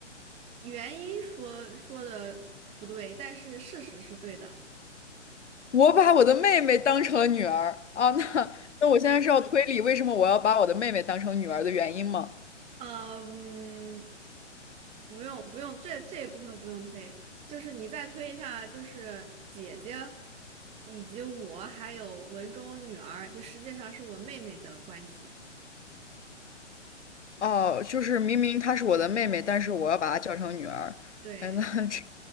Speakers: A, on the right; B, on the left.
A: 原因说说的不对，但是事实是对的。
B: 我把我的妹妹当成了女儿啊，
A: 是的，
B: 那那我现在是要推理为什么我要把我的妹妹当成女儿的原因吗？
A: 呃，嗯，不用不用，这这一部分不用推，就是你再推一下，就是姐姐以及我还有文中女儿，就实际上是我妹妹的关系。
B: 哦，就是明明她是我的妹妹，但是我要把她叫成女儿。
A: 对，
B: 哎，那 <laughs> 这